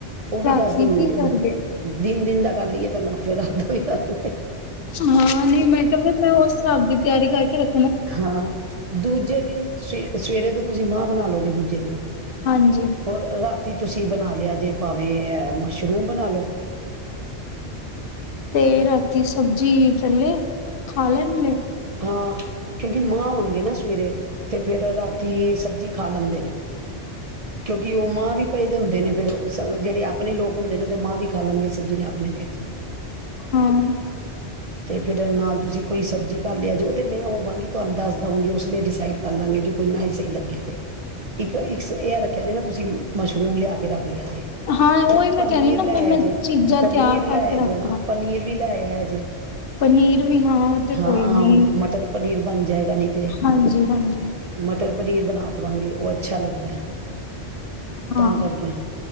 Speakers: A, on the right (about 50°); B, on the left (about 60°).
A: ਉਹ ਵੀ
B: ਰਾਤੀ
A: ਦੱਸ ਦਿੰਦੀ
B: ਕੀ
A: ਆ।
B: ਕਰੀਏ
A: ਦਿਨ ਦਾ ਕਰ ਲਈਏ ਪਹਿਲਾਂ ਫਿਰ ਹਲ <unintelligible>
B: ਹਾਂ ਨੀ ਮੈਂ ਕਿਹਾ ਮੈਂ ਉਸ ਹਿਸਾਬ ਦੀ ਤਿਆਰੀ ਕਰਕੇ ਰੱ।
A: ਹਾਂ, ਦੂਜੇ ਦਿਨ ਸ਼। ਸਵੇਰੇ ਤੇ ਤੁਸੀਂ ਮਾਂਹ ਬਣਾ ਲਓਗੇ ਦੂਜੇ ਦਿਨ।
B: ਹਾਂਜੀ।
A: ਔਰ ਰਾਤੀ ਤੁਸੀਂ ਬਣਾ ਲਿਆ ਜੇ ਭਾਵੇਂ ਮਸ਼ਰੂਮ ਬਣਾ ਲਓ।
B: ਤੇ ਰਾਤੀ ਸਬਜ਼ੀ ਚੱਲੇ, ਖਾ ਲੈਣਗੇ?
A: ਹਾਂ ਕਿਉਂਕਿ ਮਾਂ ਹੋਣਗੇ ਨਾ ਸਵੇਰੇ ਤੇ ਫੇਿਰ ਰਾਤੀ ਸਬਜ਼ੀ ਖਾ ਲੈਂਦੇ ਨੇ ਕਿਉਂਕਿ ਉਹ ਮਾਂ ਵੀ ਪਏ ਦੇ ਹੁੰਦੇ ਨੇ ਫ਼ਿਰ ਜਿਹੜੇ ਆਪਣੇ ਲੋਕ ਹੁੰਦੇ ਨੇ ਉਹਦੇ ਮਾਂ ਵੀ ਖਾ ਲੈਣਗੇ ਸਬਜ਼ੀ ਨੇ ਆਪਣੇ ਤੇ।
B: ਹਾਂ।
A: ਤੇ ਫੇਿਰ ਨਾਲ ਤੁਸੀਂ ਕੋਈ ਸਬਜ਼ੀ ਕਰ ਲਿਆ ਜੇ ਉਹ ਤੇ ਮੈਂ ਹੋਵਾਂਗੀ ਤੁਹਾਨੂੰ ਦੱਸ ਦਵਾਂਗੀ ਉਸ ਲਈ ਡਿਸਾਈਡ ਕਰ ਲਾਂਗੇ ਜੋੇ ਕੋਈ ਨਾ ਹੀ ਸਹੀ ਲੱਗਿਆ ਤੇ ਇੱਕ ਇੱਕ ਇਹ ਰੱਖਿਆ ਜੇ ਨਾ ਤੁਸੀਂ ਮਸ਼ਰੂਮ ਲਿਆ ਕੇ ਰੱਖ ਲਿਆ ਜੇ
B: ਹਾਂ ਉਹੀ ਮੈਂ
A: ਪਨੀਰ
B: ਕਹਿ ਰਹੀ ਨਾ
A: ਲੈ
B: ਬ ਮੈਂ
A: ਜੇ
B: ਚੀਜ਼ਾਂ
A: ਪਨੀਰ
B: ਤਿਆਰ ਕਰਕੇ
A: ਲੈ ਜੇ
B: ਰੱਖਾਂ
A: ਹਾਂ ਪਨੀਰ। ਵੀ ਲੈ ਆ ਜੇ
B: ਪਨੀਰ ਵੀ ਹਾਂ ਤੇ
A: ਹਾਂ
B: ਕੋਈ ਨੀ।
A: ਮਟਰ ਪਨੀਰ ਬਣ। ਜਾਏਗਾ ਨੀ ਤੇ
B: ਹਾਂਜੀ ਹਾਂਜੀ
A: ਮਟਰ ਪਨੀਰ ਬਣਾ ਦੇਵਾਂਗੇ ਉਹ। ਅੱਛਾ ਲੱਗਦਾ ਹੈ।
B: ਹਾਂ
A: ਤਾਂ ਕਰਕੇ।